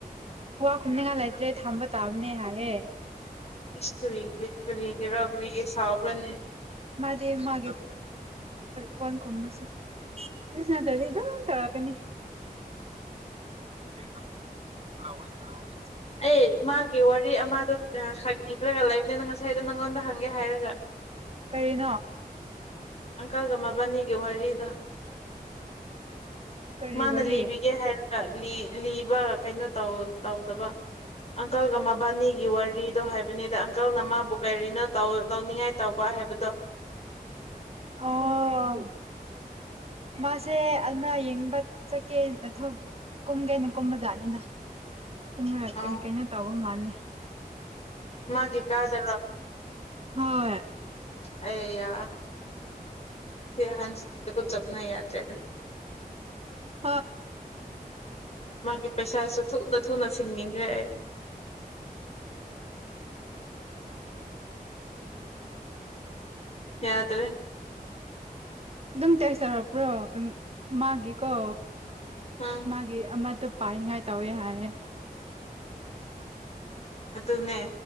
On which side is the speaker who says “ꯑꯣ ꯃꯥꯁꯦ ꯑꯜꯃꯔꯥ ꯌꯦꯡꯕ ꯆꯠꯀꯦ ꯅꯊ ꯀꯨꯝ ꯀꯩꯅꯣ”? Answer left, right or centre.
Right